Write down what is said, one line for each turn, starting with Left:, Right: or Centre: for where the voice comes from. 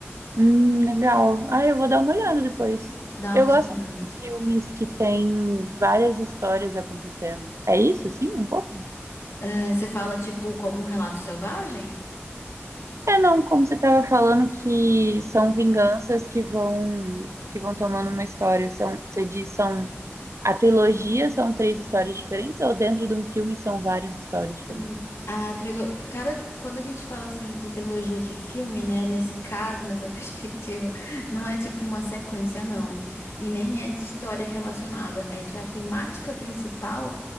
Right: Hum, legal. Ah, eu vou dar uma olhada depois.
Left: Dá uma
Right: Eu
Left: pesquisando.
Right: gosto desses filmes que tem várias histórias acontecendo. É isso, assim, um pouco?
Left: Eh, você fala, tipo, como um relato selvagem?
Right: É, não, como você estava falando que são vinganças que vão que vão tomando uma história, são, você diz, são A trilogia são três histórias diferentes ou dentro de um filme são várias histórias diferentes?
Left: Hum, A trilogia, cada quando a gente fala assim de trilogia de filme, né, nesse caso, nessa <laughs> perspectiva, não é tipo uma sequência, não. E nem é de história relacionada, é que a temática principal